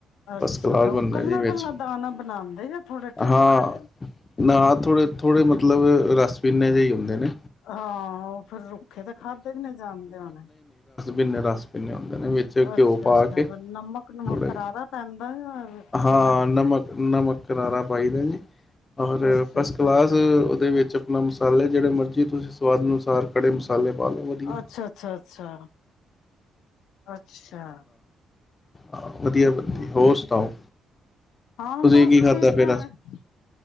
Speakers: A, on the left; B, on the left.
A: ਅੱਛਾ
B: ਫਸਟ ਕਲਾਸ
A: ਤਾਂ ਉਹ
B: ਬੰਦਾ
A: ਕੱਲਾ
B: ਜੀ ਵਿੱਚ
A: ਕੱਲਾ ਦਾਣਾ ਬਣਾਦੇ ਜਾਂ ਥੋੜੇ ਢਿੱਲੇ
B: ਹਾਂ
A: ਢਿੱਲੇ
B: ਨਾ ਥੋੜੇ ਥੋੜੇ ਮਤਲਬ ਸਨੇ ਜ ਹੀ ਹੁੰਦੇ ਨੇ
A: ਹਾਂ ਉਹ ਫਿਰ ਰੁੱਖੇ ਤੇ ਖਾਦੇੇ ਕਿ ਨਹੀਂ ਜਾਣਦੇ ਹੋਣੇ
B: ਿੰਨੇ ਰਸ ਪਿੰਨੇੁੰਦੇ ਇਹਦੇ ਵਿੱਚ
A: ਅੱਛਾ
B: ਘਿਓ ਪਾ
A: ਅੱਛਾ
B: ਕੇ
A: ਨਮਕ ਨੁਮਕ
B: ਥੋੜਾ
A: ਕਰਾਰਾ ਪੈਂਦਾ ਜਾਂ
B: ਹਾਂ
A: ਜਿੰਨਾ
B: ਨਮਕ ਨਮਕ ਕਿਨਾਰਾ ਪਾਈ ਦਾ ਜੀ ਔਰ
A: ਅੱਛਾ
B: ਫਸਟ
A: ਅੱਛਾ
B: ਕਲਾਸ ਦੇ ਵਿੱਚ ਆਪਣਾ ਮਸਾਲੇ ਜਿਹੜੇ ਮਰਜ਼ੀ ਤੁਸੀਂ ਸਵਾਦ ਅਨੁਸਾਰ ਕੜੇ ਮਸਾਲੇ ਪਾ ਲਓ ਵਧੀਆ
A: ਅੱਛਾ ਅੱਛਾ ਅੱਛਾ ਅੱਛਾ
B: ਹ ਵਧੀਆ ਵਧੀਆ
A: ਹਾਂ
B: ਹੋਰ ਸੁਣਾਓ
A: ਹਾਂ
B: ਤੁਸੀਂ
A: ਬਸ
B: ਕੀ ਖਾਧਾ
A: ਠੀਕ
B: ਫੇਰ
A: ਠਾਕ